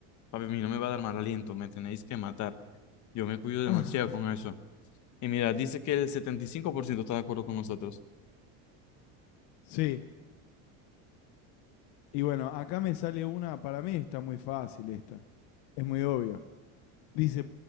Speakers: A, on the left; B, on the left.
A: papi, a mí no me va a dar mal aliento, me tenéis que matar. Yo me cuido demasiado
B: Ah,
A: con eso. Y mira, dice que el 75% está de acuerdo con nosotros.
B: Sí. Y bueno, acá me sale una, para mí está muy fácil esta. Es muy obvia. Dice,